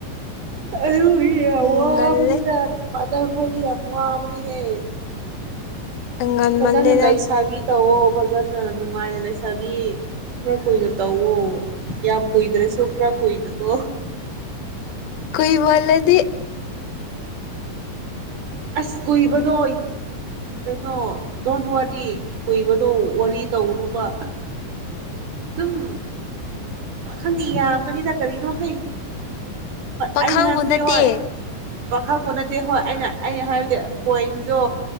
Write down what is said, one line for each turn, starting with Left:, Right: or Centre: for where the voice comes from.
Right: ꯑꯣ ꯍꯋꯥꯗ
Left: ꯎꯝ ꯉꯜꯂꯦ
Right: ꯃꯗ ꯈꯕꯨꯕꯅꯤ ꯍꯦ
Left: ꯉꯟꯃꯜꯂꯦꯗ
Right: ꯐꯖꯅ ꯂꯩꯁꯥꯕꯤ ꯇꯧꯑꯣ ꯐꯖꯅ ꯅꯨꯡꯉꯥꯏꯅ ꯂꯩꯁꯥꯕꯤ ꯈꯔ ꯀꯨꯏꯅ ꯇꯧꯋ ꯌꯥ ꯀꯣꯏꯗ꯭ꯔꯦꯁꯨꯈ꯭ꯔꯥ ꯀꯏꯅ ꯀꯣ
Left: ꯀꯨꯏꯃꯜꯂꯗꯤ
Right: ꯑꯁ ꯀꯨꯏꯕꯗꯣ ꯀꯩꯅꯣ ꯗꯣꯟ ꯋꯥꯔꯤ ꯀꯨꯏꯕꯗꯣ ꯋꯥꯔꯤ ꯇꯧꯔꯨꯕ ꯑꯗꯨꯝ ꯄꯥꯈꯪꯗꯤ ꯌꯥꯝꯒꯅꯤꯅ ꯀꯔꯤꯅꯣ ꯍꯩ
Left: ꯄꯥꯈꯥꯡꯕꯨ
Right: ꯑꯩꯅ ꯍꯥꯏꯕꯗꯤ
Left: ꯅꯠꯇꯦ
Right: ꯍꯣꯏ ꯄꯥꯈꯪꯕ ꯅꯠꯇꯦ ꯍꯣꯏ ꯑꯩꯅ ꯑꯩꯅ ꯍꯥꯏꯕꯗꯤ ꯄꯣꯏꯟꯗꯣ